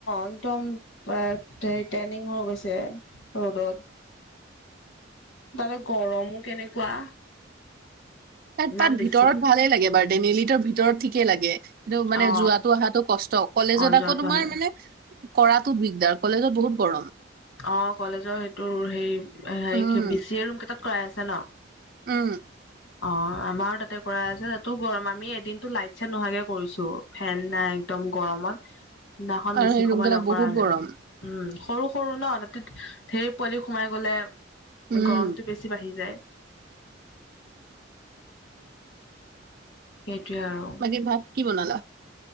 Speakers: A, on the left; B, on the right.
A: একদম হেৰি ট্ৰেইনিং হৈ গৈছে ৰ'দত- তাতে গৰমো কেনেকুৱা।
B: তাত
A: ইমান
B: তাত
A: বেছি
B: ভিতৰত ভালেই লাগে বাৰ ডনেলিটোৰ ভিতৰত ঠিকেই লাগে। কিন্তু মানে
A: অ
B: যোৱাতটো অহাতটো কষ্ট কলেজত
A: অ যোৱাটো
B: আকৌ তোমাৰ
A: হয়
B: মানে। কৰাতোত দিগদাৰ কলেজত বহুত গৰম।
A: অ কলেজৰ সেইটো হে
B: উম
A: হ বি চি এ ৰুম কেইটাত কৰাই আছে ন।
B: উম
A: অ আমাৰো তাতে কৰা আছে তাতো গৰম আমি এদিনতো লাইট চাইট নোহোৱাকে কৰিছো। ফেন নাই একদম গৰমত দিদিনাখন
B: আৰু
A: বেছি
B: সেই ৰুম
A: সময়
B: কেইটা
A: নকৰালে।
B: বহুত গৰম
A: উম সৰু সৰু ন তাতি ঢেৰ পোৱালি সোমাই গলে
B: উম।
A: গৰমতটো বেছি বাঢ়ি যায়। সেইটোৱে আৰু-
B: বাকী, ভাত কি বনালা?